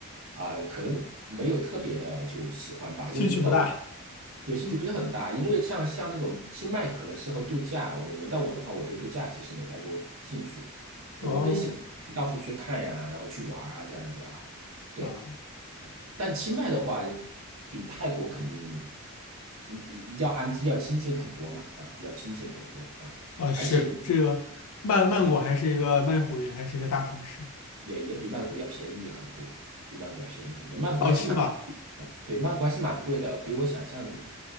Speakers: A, on the right; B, on the left.
A: 啊、可能没有特别的就喜欢吧，
B: 兴趣不大
A: 就呃，有兴趣不是很大，因为像像那种清迈可能适合度假，我认为，但我的话，我对度假其实没太多兴趣，对，
B: <laughs> 哦
A: 我更喜欢去到处去看呀，然后去玩啊这样子啊，对，
B: 啊。
A: 但清迈的话，比泰国肯定你要安要亲近很多嘛，啊，要亲近很多啊，
B: 呃，
A: 而且也
B: 是这个曼曼谷还是一个曼谷也还是一个大城市
A: 也也也比曼谷要便宜很多，比曼谷要便宜很多。曼谷还是蛮，
B: 哦，是吧？
A: 对，曼谷还是蛮贵的，比我想象的。